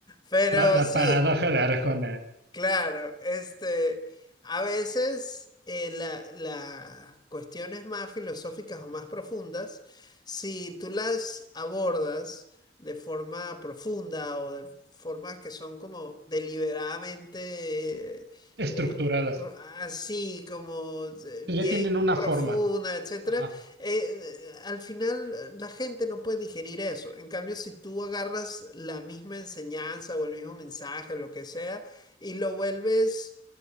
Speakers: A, on the left; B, on the right.
A: Pero
B: La, la
A: sí,
B: paradoja de Arjona.
A: Claro, este, a veces eh, la- las cuestiones más filosóficas o más profundas, si tú las abordas de forma profunda o de formas que son como deliberadamente eh,
B: Estructuradas.
A: eh, pro- así, como eh,
B: Que
A: bien
B: ya tienen una
A: profunda,
B: forma.
A: etcétera,
B: Ajá.
A: eh, al final eh, la gente no puede digerir eso. En cambio, si tú agarras la misma enseñanza o el mismo mensaje, lo que sea, y lo vuelves